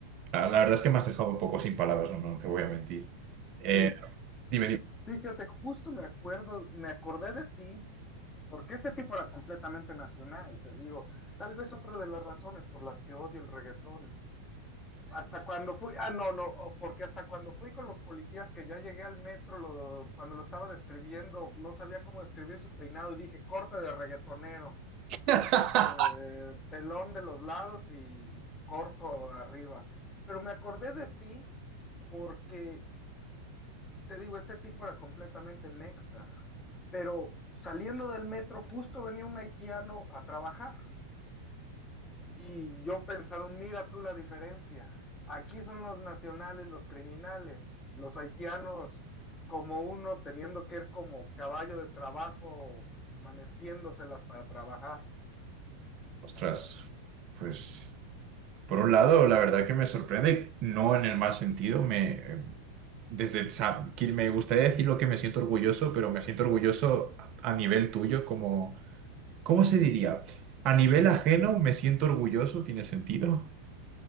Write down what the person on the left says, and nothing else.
y
fíjate, justo me acuerdo, me acordé de ti, porque este tipo era completamente nacional, te digo. Tal vez otra de las razones por las que odio el reggaetón. Hasta cuando fui, ah, no, no, o porque hasta cuando fui con los policías que ya llegué al metro, lo- cuando lo estaba describiendo, no sabía cómo describir su peinado y dije corte de reggaetonero,
eh, pelón de los lados y corto arriba. Pero me acordé de ti porque, te digo, este tipo era completamente mexa, pero saliendo del metro justo venía un haitiano a trabajar. Y yo pensando, mira tú la diferencia. Aquí son los nacionales, los criminales, los haitianos como uno teniendo que ir como caballo de trabajo, amaneciéndoselas para trabajar.